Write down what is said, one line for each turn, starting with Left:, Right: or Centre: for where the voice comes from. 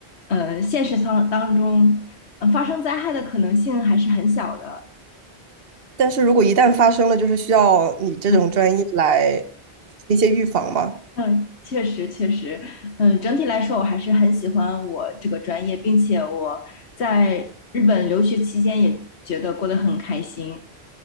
Left: 嗯，现实当当中，呃，发生灾害的可能性还是很小的。
Right: 但是如果一旦发生了，就是需要你这种专业来
Left: 嗯
Right: 一些预防嘛。
Left: 嗯，确实确实，嗯，整体来说我还是很喜欢我这个专业，并且我在日本留学期间也觉得过得很开心。